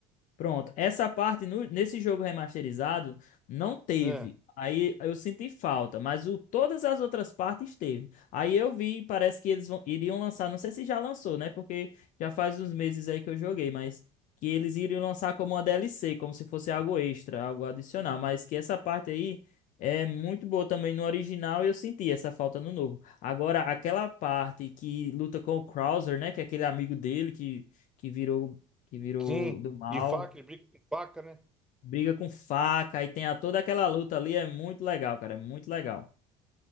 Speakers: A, on the left (about 55°); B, in the centre.
A: Pronto, essa parte no- nesse jogo remasterizado não teve.
B: É,
A: Aí eu senti falta, mas o, todas as outras partes teve. Aí eu vi, parece que eles vão- iriam lançar, não sei se já lançou, né? Porque já faz uns meses aí que eu joguei, mas que eles iriam lançar como uma DLC, como se fosse algo extra, algo adicional. Mas que essa parte aí é muito boa também no original e eu senti essa falta no novo. Agora, aquela parte que luta com o Krauser, né? Que é aquele amigo dele que, que virou que virou
B: sim,
A: do mal
B: de faca, ele brinca com faca, né?
A: briga com faca, aí tem a, toda aquela luta ali, é muito legal, cara, é muito legal.